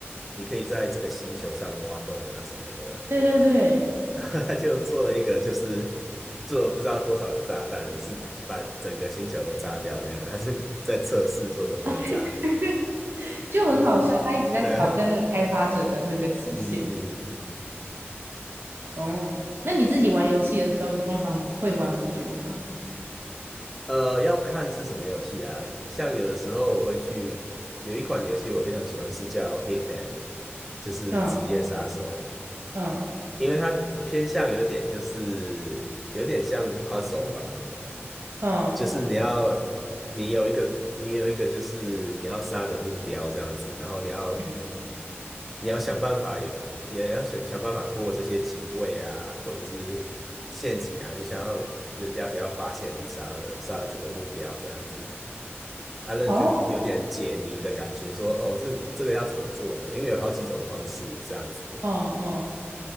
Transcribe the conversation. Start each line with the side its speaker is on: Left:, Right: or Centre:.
Centre: 你可以在这个星球上挖洞啊什么的。
Right: 对对对。<laughs>
Centre: 然后他就做了一个，就是做了不知道多少个炸弹，是把整个星球都炸掉那样。他是在测试说能不能炸。
Right: 啊，对对，就很好笑，
Centre: 嗯，
Right: 他一直在挑战那个开发者的那个极限。
Centre: 对，嗯嗯，
Right: 哦，那你自己玩游戏的时候，你通常会玩很久吗？
Centre: 呃，要看是什么游戏啊。像有的时候我会去，有一款游戏我非常喜欢，是叫 Hitman，就是职业杀手，
Right: 嗯嗯
Centre: 因为它偏向有点就是有点像 puzzle 吧。
Right: 嗯
Centre: 就是你要你有一个你有一个就是你要杀的目标这样子，然后你要
Right: 嗯
Centre: 你要想办法有也要想想办法过这些警卫啊，或者是陷阱啊，你想要人家不要发现你杀了杀了这个目标这样子。啊，那你就有点解谜的感觉说，
Right: 哦，
Centre: 哦，这这个要怎么做呢？因为有好几种方式这样子。
Right: 嗯嗯，